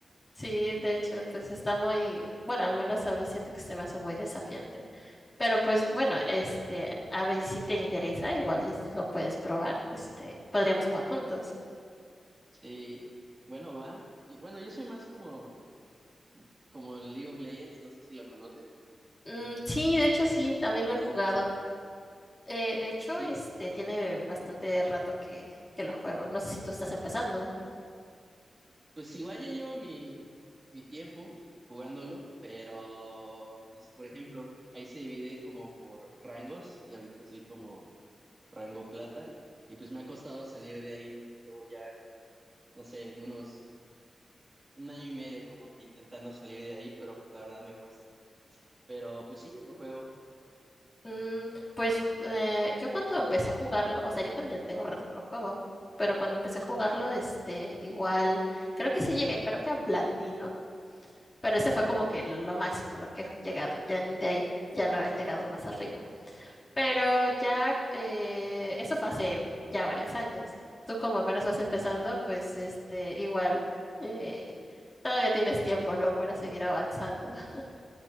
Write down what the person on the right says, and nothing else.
Sí, bueno, va. Yo- bueno, yo soy más como, como League of Legends, no sé si lo conoces.
Sí,
Pues igual ya llevo mi, mi tiempo jugándolo, pero pues por ejemplo, ahí se divide como por rangos y ahorita soy como rango plata y pues me ha costado salir de ahí, llevo ya, no sé, unos un año y medio como que intentando salir de ahí, pero pues la verdad me cuesta. Pero pues sí, lo juego,
wow,